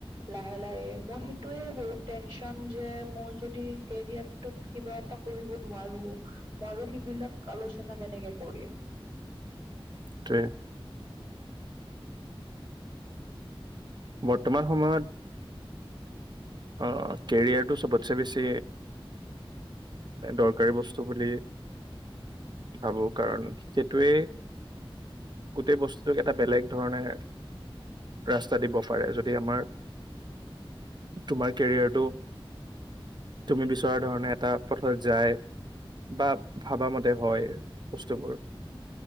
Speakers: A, on the right; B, on the right.
A: লাহে লাহে মই সেইটোৱে বহুত টেনচন যে মই যদি কেৰিয়াৰটোত কিবা এটা কৰিব নোৱাৰো মই নো সেইবিলাক আলোচনা কেনেকে কৰিম?
B: তাকে। বৰ্তমান সময়ত। অ কেৰিয়াৰটোটো চবতচে বেছি দৰকাৰ উপকাৰি বস্তু বুলি ভাবো কাৰণ সেইটোৱে গোটেই বস্তুটোক এটা বেলেগ ধৰণে ৰাস দিব পাৰে যদি আমাৰ তোমাৰ কেৰিয়াৰটো তুমি বিচৰা ধৰণে এটা পথত যায় বা ভাবা মতে হয় বস্তুবোৰ